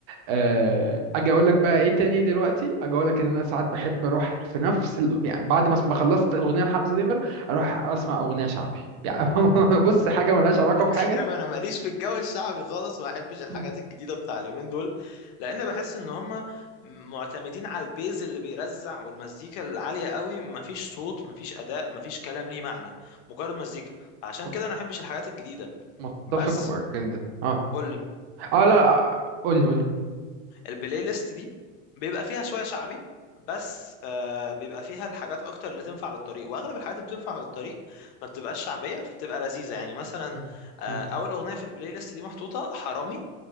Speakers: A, on the right; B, on the left.
A: آه، اجي اقول لك بقى ايه تاني دلوقتي اجي اقول لك ان انا ساعات بحب اروح في نفس ال... يعني بعد ما اسم- ما خلصت اغنيه لحمزه نمر اروح اسمع اغنيه شعبي يعني <laughs> بص حاجه ملهاش علاقه
B: انت
A: بحاجه
B: عارف انا ماليش في الجو الشعبي خالص ما احبش الحاجات
A: مم.
B: الجديده بتاع اليومين دول لان بحس ان هم معتمدين على البيز اللي بيرزع والمزيكا العاليه قوي مفيش صوت مفيش اداء مفيش كلام ليه معنى مجرد مزيكا عشان
A: مت-
B: كده انا ما احبش الحاجات الجديده
A: متفق
B: بس
A: جدا اه
B: قول لي
A: اه لا لا، قول لي قول لي
B: البلاي ليست دي بيبقى فيها شويه شعبي بس آه بيبقى فيها الحاجات اكتر اللي تنفع للطريق واغلب الحاجات اللي بتنفع للطريق ما بتبقاش شعبيه بتبقى لذيذه يعني مثلا
A: مم.
B: آه
A: مم.
B: اول اغنيه في البلاي ليست دي محطوطه حرامي